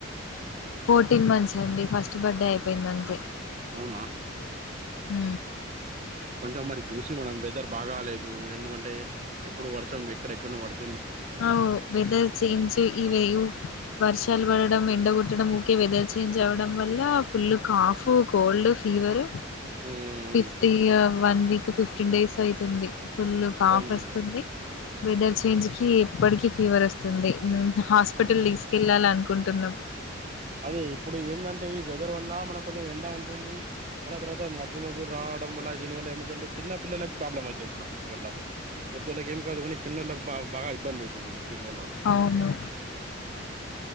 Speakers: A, on the left; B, on the right.
A: ఫోర్టీన్ మంత్స్ అండి ఫస్ట్ బర్త్డే అయిపోయింది అంతే
B: అవునా
A: ఉ
B: కొంచెం మరి చూసి మనం వెదర్ బాగాాలేదు ఎందుకంటే ఎప్పుడు వర్షం ఎక్కడెక్కడ పడు
A: అ వెదర్ చంజ్ ఇవ వర్షాలు వ ఎండ కుట్టడం ఊరికే వెదర్ చేంజ్ అవడం వల్ల ఫుల్ కాఫ్ కోల్డ్ ఫీవర్
B: ఉమ్.
A: Fifty one week fifteen days అయితుంది ఫుల్ కాఫ్
B: అవును
A: వస్తుంది
B: మేడం
A: వెదర్ చేంజ్ కి ఎప్పటికీ ఫీవర్ వస్తుంది హాస్పిటల్
B: అవును
A: దీసుకెళ్లాలి అనుకుంటే తన్నాం
B: అదే ఇప్పుడు ఎంద అంటే ఈ వెదర్ వల్ల మనం కొంచం ఎండ ఉంటుంది మల్ల తరువాత మబ్బు మబ్బులు రావడం వల్ల దీని వల్ల ఏం అయితుంది అంటే చిన్న పిల్లకి ప్రాబ్లం అవుతుంది దీని వల్ల పెద్దళ్ళకి ఏం కాదు కానీ చిన్న వాళ్ళకి బా బాగా ఇబ్బంది అవుతుంది దీని వల్ల
A: అవును